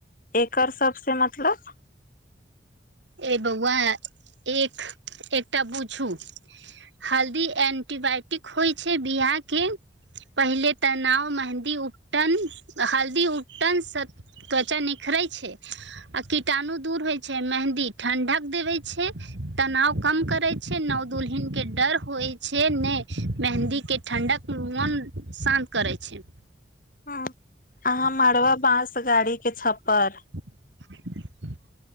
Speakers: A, on the left; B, on the right.
A: एकर सबसे मतलब
B: ए बौआ एक एकटा बू छू हल्दी एंटीबायोटिक होइ छै बियाह के पहिले तनाव मेहन्दी उपटन हल्दी उपटन सब त्वचा निखरे छै आ कीटाणु दूर होय छै मेहन्दी ठंडक देवे छै तनाव कम करे छै नाव दुलहिन के डर होइ छै नहि मेहन्दी के ठण्डक मोन शान्त करै छै
A: ह अहाँ मरबा बाँस गाड़ी के छपर
B: <inaudible>